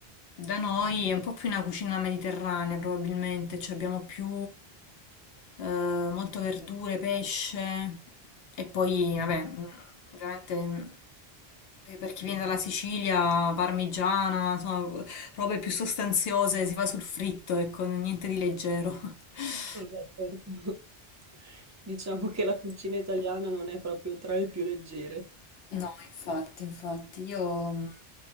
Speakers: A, on the left; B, on the right.
A: da noi è un po' più una cucina mediterranea, probabilmente, cioè abbiamo più eh, molto verdure, pesce e poi, vabbè, mh, veramente mh, per per chi viene dalla Sicilia, parmigiana, insomma, robe più sostanziose, si fa sul fritto, ecco, niente di leggero. <laughs>
B: Vabbè, certo. <laughs> Diciamo che la cucina italiana non è proprio tra le più leggere.
A: No, infatti, infatti, io mh,